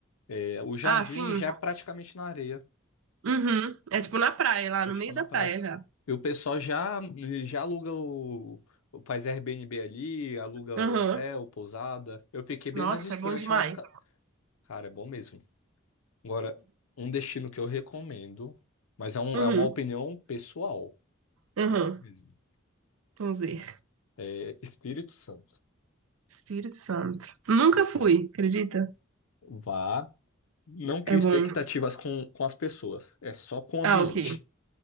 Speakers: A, on the left (about 85°); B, on the right (about 75°).
A: É, o jardim
B: Ah, sim.
A: já é praticamente na areia.
B: Uhum. É tipo na praia, lá
A: É
B: no
A: tipo
B: meio
A: na
B: da
A: praia.
B: praia já.
A: E o pessoal já, já aluga o. Faz Airbnb ali, aluga
B: Aham.
A: hotel, pousada. Eu fiquei bem
B: Nossa,
A: mais distante,
B: é bom demais.
A: mas, ca- cara, é bom mesmo. Agora, um destino que eu recomendo, mas é, um,
B: Uhum.
A: é uma opinião pessoal.
B: Aham.
A: Pessoal mesmo.
B: Vamos ver.
A: É Espírito Santo.
B: Espírito Santo. Nunca
A: Espírito
B: fui,
A: Santo.
B: acredita?
A: Vá. Não crie
B: É bom.
A: expectativas com, com as pessoas. É só com o ambiente.
B: Ah, ok.